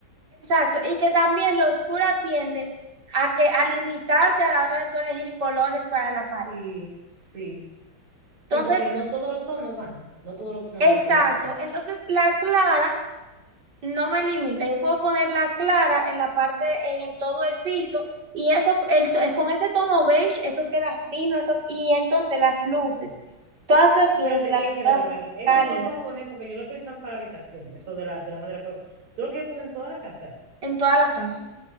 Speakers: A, on the right (about 55°); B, on the right (about 80°).
A: Exacto, y que también lo oscura tiende a que a limitarte a la hora de tú elegir colores para la pared.
B: Sí, sí,
A: Entonces,
B: sí, porque no todos los tonos van, no todos los tonos
A: exacto,
B: van con esos pisos.
A: entonces la clara no me limita. Yo puedo ponerla clara en la parte, en el todo el piso, y eso, el, to- con ese tono beige, eso queda fino, eso, y entonces las luces, todas las
B: Espérate,
A: luces las
B: y espérate,
A: voy a
B: espérate.
A: poner
B: Eso
A: cálidas
B: tú lo vas a poner porque yo lo he pensado para habitación, eso de la, de la madera, pero tú lo quieres poner en toda la casa. eh?
A: en toda la casa,